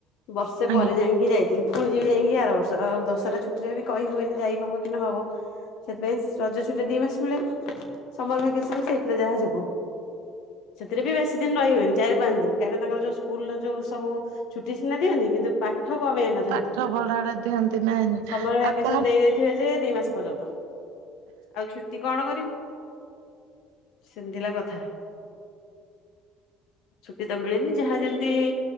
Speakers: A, on the left; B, on the right.
A: ବର୍ଷେ ପରେ
B: ଆଜ୍ଞା
A: ଯାଇଁକି ଯାଇଥିଲି। ପୁଣି ଯିବି ଯାଇଁକି ଆରବର୍ଷ। ଆଉ ଦଶହରା ଛୁଟିରେ ବି କହି ହୁଏନି ଯାଇ ହବ କି ନହବ। ସେଥିପାଇଁ ସ ରଜ ଛୋଟ ଦି ମାସ ମିଳେ। ସମର ଭ୍ୟାକେସନ ସେଇଥିରେ ଯାହା ଯିବୁ। ସେଥିରେ ବି ବେଶୀ ଦିନ ରହିହୁଏନି ଚାରି ପାଞ୍ଚ ଦିନ। କାହିଁକିନା ତାଙ୍କର ଯୋଉ ସ୍କୁଲ ର ଯୋଉ ସବୁ ଛୁଟି ସିନା ଦିଅନ୍ତି କିନ୍ତୁ ପାଠ କମେଇ ନଥାନ୍ତି
B: ପାଠ ପଢାଟା ଦିଅନ୍ତି ନା
A: ସମର ଭ୍ୟାକେସନ
B: ଆପଣ
A: ଦେଇଦେଇ ଯେ ଯେ ଦି ମାସ ପର୍ଯ୍ୟନ୍ତ ଆଉ ଛୁଟି କଣ କରିବୁ? ସେଥିଲା କଥା। ଛୁଟି ତ ମିଳେନି ଯାହା ଯେମିତି